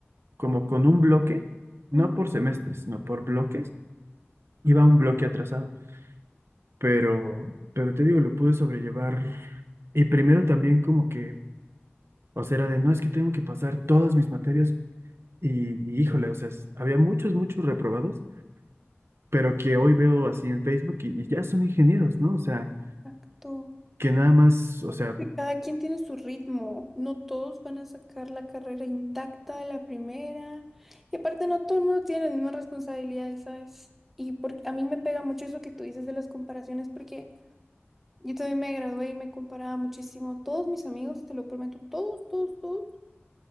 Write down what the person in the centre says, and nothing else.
Mm,
Exacto.
Cada quien tiene su ritmo. No todos van a sacar la carrera intacta a la primera. Y aparte, no todo el mundo tiene las mismas responsabilidades, ¿sabes? Y por- a mí me pega mucho eso que tú dices de las comparaciones, porque yo también me gradué y me comparaba muchísimo. Todos mis amigos, te lo prometo, todos, todos, todos,